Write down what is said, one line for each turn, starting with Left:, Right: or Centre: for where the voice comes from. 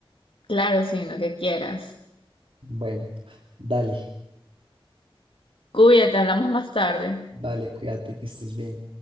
Left: Claro, sí, lo que quieras.
Right: Bueno, dale,
Left: Cuídate, hablamos más tarde.
Right: dale, cuídate, que estés bien.